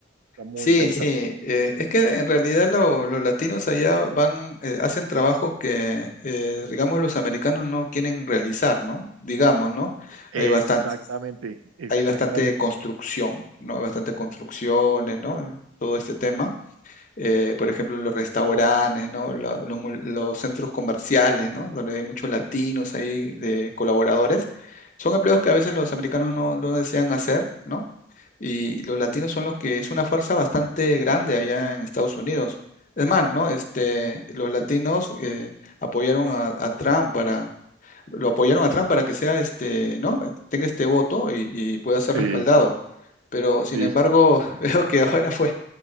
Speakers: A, on the right; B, on the left.
A: Está muy
B: Sí,
A: interesante.
B: sí. eh, es que en realidad lo- los latinos allá van, eh, hacen trabajos que, eh, digamos, los americanos no quieren realizar, ¿no? Digamos, ¿no?
A: Exactamente,
B: Hay bastante,
A: exactamente.
B: hay bastante construcción, ¿no? Hay bastante construcciones, ¿no? Todo este tema. eh, por ejemplo, los restaurantes, ¿no? La- los mul- los centros comerciales, ¿no? Donde hay muchos latinos ahí de colaboradores. Son empleos que a veces los americanos no, no desean hacer, ¿no? Y los latinos son los que es una fuerza bastante grande allá en Estados Unidos. Es más, ¿no? Este, los latinos eh, apoyaron a, a Trump para, lo apoyaron a Trump para que sea este, ¿no? Tenga este voto y, y pueda ser
A: Sí,
B: respaldado. Pero sin
A: sí,
B: embargo, <laughs> veo que ahora fue